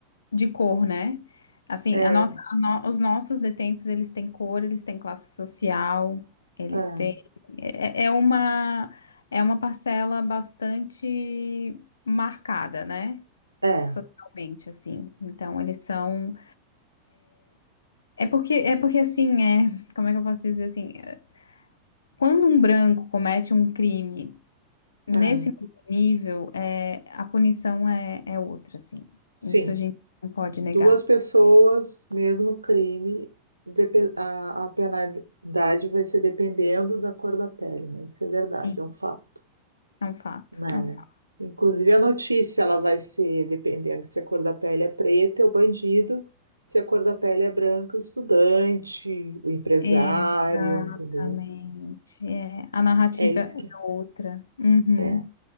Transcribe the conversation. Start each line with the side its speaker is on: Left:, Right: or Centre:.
Left: de cor, né? Assim,
Right: É,
Left: a nossa, a no- os nossos detentos, eles têm cor, eles têm classe social, eles
Right: é,
Left: têm... É, é é uma, é uma parcela bastante marcada, né?
Right: é,
Left: Socialmente, assim. Então, eles são... É porque, é porque assim, é... Como é que eu posso dizer assim? É, Quando um branco comete um crime nesse
Right: é.
Left: nível, é, a punição é, é outra, assim.
Right: Sim.
Left: Isso a gente não pode
Right: Duas
Left: negar.
Right: pessoas, mesmo crime, depe- a, a penalidade vai ser dependendo da cor da pele, né? Isso é verdade,
Left: Sim,
Right: é um fato.
Left: é um fato,
Right: né?
Left: é um fato.
Right: Inclusive a notícia, ela vai ser, dependendo se a cor da pele é preta, é o bandido, se a cor da pele é branca, o estudante, o empresário,
Left: Exatamente.
Right: entendeu?
Left: É, a narrativa
Right: É isso
Left: é
Right: que
Left: outra. Uhum.
Right: é.